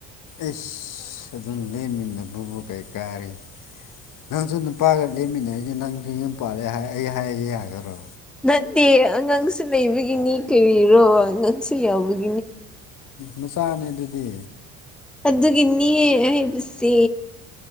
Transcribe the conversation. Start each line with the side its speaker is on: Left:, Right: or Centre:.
Left: ꯏꯁ ꯑꯗꯨꯝ ꯂꯦꯝꯃꯤꯟꯅ ꯕꯕꯨ ꯀꯩ ꯀꯥꯔꯦ ꯅꯪꯁꯨ ꯑꯗꯨ ꯄꯥꯒ ꯂꯦꯝꯃꯤꯟꯅꯩꯁꯦ ꯅꯪꯁꯨ ꯌꯨꯝ ꯄꯥꯜꯂꯦ ꯑꯩ ꯍꯥꯏꯔꯁꯦ ꯌꯥꯈꯔꯣ
Centre: ꯅꯠꯇꯦ ꯑꯉꯥꯡꯁꯨ ꯂꯩꯕꯒꯤꯅꯤ ꯀꯔꯤꯔꯣ ꯑꯉꯥꯡꯁꯨ ꯌꯥꯎꯕꯒꯤ
Left: ꯃꯆꯥꯅꯦ ꯑꯗꯨꯗꯤ
Centre: ꯑꯗꯨꯒꯤꯅꯤ ꯍꯥꯏꯕꯁꯦ